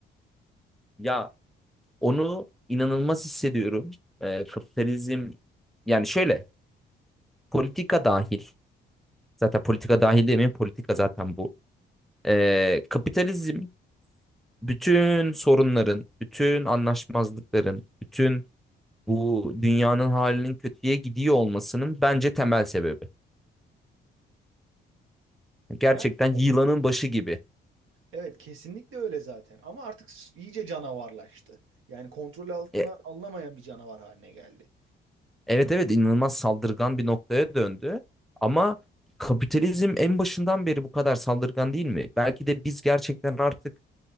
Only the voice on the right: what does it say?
Yani evet.
Evet kesinlikle öyle zaten ama artık s- iyice canavarlaştı. Yani kontrol altına
alınamayan bir canavar haline geldi.